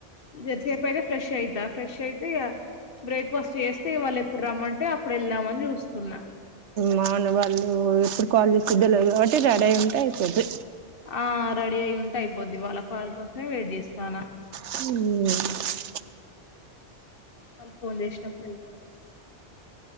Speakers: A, on the left; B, on the right.
A: ఇద్దరిసేపు అయితే ఫ్రెష్ అయితా ఫ్రెష్ అయితే ఇక బ్రేక్ఫాస్ట్ చేస్తే వాళ్ళు ఎప్పుడు రమ్మంటే అప్పుడు వెళ్దామని చూస్తున్నా
B: మా అన్న వాళ్ళు ఎప్పుడు కాల్ చేసిది తెలవదు కాబట్టి రెడీ అయి ఉంటే అయిపోది
A: ఆ రెడీ అయి ఉంటే అయిపోద్ది వాళ్ళ కాల్ కోసమే వెయిట్ చేస్తానా
B: ఉ
A: వాళ్ళు ఫోన్ చేసినప్పుడు వెళ్త